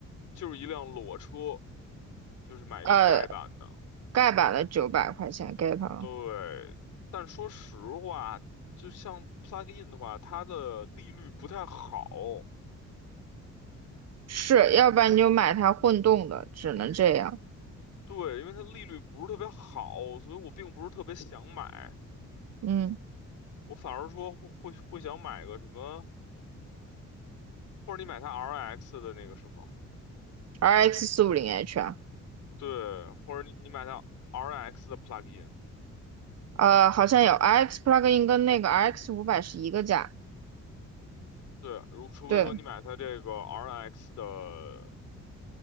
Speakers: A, on the left; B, on the right.
A: 就是一辆裸车，就是买一个盖板的，
B: 呃。盖板的九百块钱给他了，
A: 对，但说实话，就像 plug in 的话，它的利率不太好，
B: 是，
A: 嗯，
B: 要不然你就买它混动的，只能这样。
A: 对，因为它利率不是特别好，所以我并不是特别想买，
B: 嗯
A: 我反而说会会想买个什么，或者你买它 RX 的那个什么，
B: ，RX 四五零 H 啊，
A: 对，或者你你买它 RX 的 plug-in，
B: 呃，好像有 RX plug-in 跟那个 RX 五百是一个价，
A: 对，如除非说你买它这个
B: 对，
A: RX 的